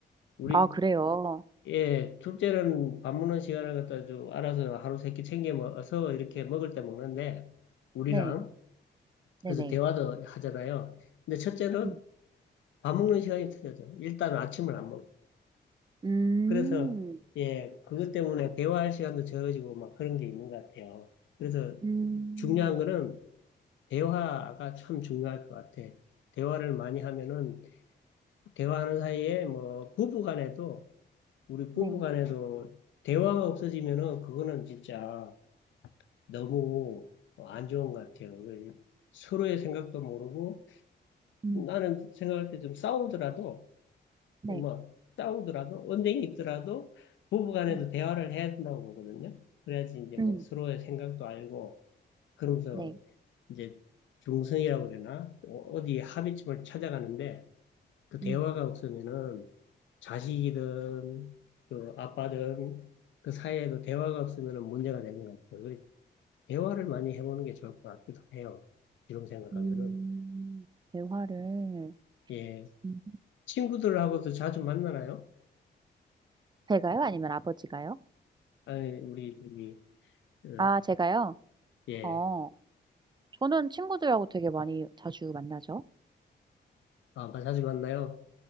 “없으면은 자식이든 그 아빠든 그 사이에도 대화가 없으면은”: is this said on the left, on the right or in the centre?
Left